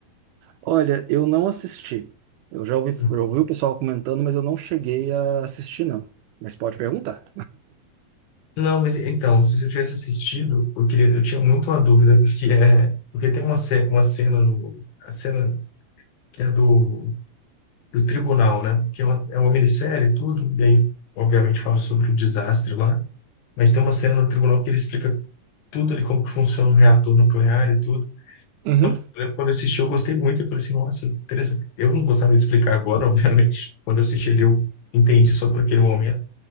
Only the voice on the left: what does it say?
Hum.
Não, mas então, se você tivesse assistido, eu queria, eu tinha muito uma dúvida, porque é, porque tem uma, ce- uma cena no, a cena que é do, do tribunal, né? Que é uma, é uma minissérie e tudo, e aí, obviamente, fala sobre o desastre lá. mas tem uma cena no tribunal que ele explica tudo ali, como que funciona um reator nuclear e tudo.
Quando, eu lembro quando eu assisti, eu gostei muito. Eu falei assim, nossa, interessante. Eu não gostaria de explicar agora, <laughs> obviamente. Quando eu assisti ele, eu entendi só por aquele momento.